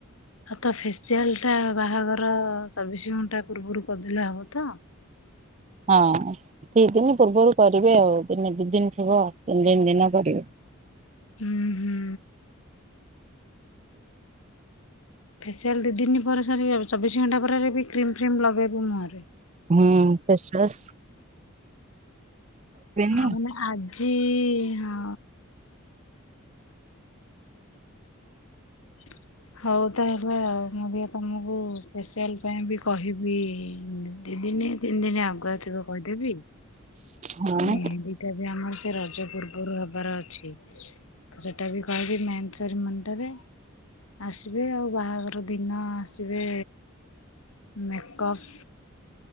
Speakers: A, on the left; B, on the right.
A: ହଉ ତ ଫେସିଆଲ ଟା ବାହାଘର ଚବିଶି ଘଣ୍ଟା ପୂର୍ବରୁ କରିଦିଲା ହବ ତ?
B: ହଁ ଦି ଦିନ ପୂର୍ବରୁ କରିବେ ଆଉ ଦିନ ଦି ଦିନ ଥିବ ତିନି ଦିନ ଦିନ କରିବେ।
A: ହୁଁ ହୁଁ। ଫେସିଆଲ ଦି ଦିନ ପରେ ସାରିବ ଚବିଶ ଘଣ୍ଟା ପରେରେ ବି କ୍ରିମ ଫ୍ରିମ ଲଗେଇବୁ ମୁଁହରେ
B: ହୁଁ ଫେଶ୍ୱସ
A: ଆ
B: ନା
A: ମାନେ ଆଜି ହଁ। <inaudible> ହଉ, ତା ହେଲା ଆଉ ମୁଁ ବି ତମକୁ ଫେସ୍ସିଆଲ ପାଇଁ ବି କହିବି ଦିଦିନି। ତିନି ଦିନ ଆଗୁଆ ଥିବ କହିଦେବି।
B: ହଁ
A: ଆମେ <unintelligible> ରଜପର୍ବ ଗରୁ ହବାର ଅଛି, ତ ସେଟା ବି କହିବି ମେହନେଶରୀ ମୁଣ୍ଣ୍ଡରେ। ଆସିବେ, ଆଉ ବାହାଘର ଦିନ ଆସିବେ। ମେକପ୍